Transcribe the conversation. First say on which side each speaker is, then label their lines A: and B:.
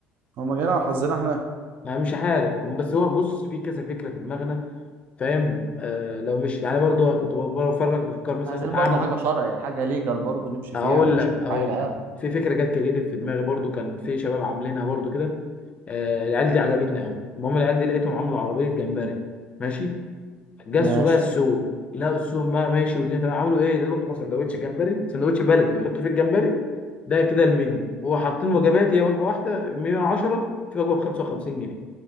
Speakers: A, on the right; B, on the left.
A: هما جايين على حظنا احنا
B: انا مش عارف بس هو بص في كذا فكره في دماغنا فاهم آه لو مش يعني برضو انا كنت بفرج بفكر مثلا
A: عايزين
B: اعمل
A: برضه حاجة شرعي حاجة ليجال برضه نمشي
B: اقول
A: فيها مش
B: لك
A: أي
B: اقول
A: حاجة يعني
B: لك في فكره جت كريتيف في دماغي برضو كان في شباب عاملينها برضو كده آه العيال دي عجبتني قوي المهم العيال دي لقيتهم عملوا عربيه جمبري ماشي جسوا
A: ماشي
B: بقى السوق لقوا السوق بقى ماشي والدنيا تمام عملوا ايه ده بقى سندوتش جمبري سندوتش بلدي بيحطوا فيه الجمبري ده كده المنيو وحاطين وجبات هي وجبه واحده 110 في وجبه ب 55 جنيه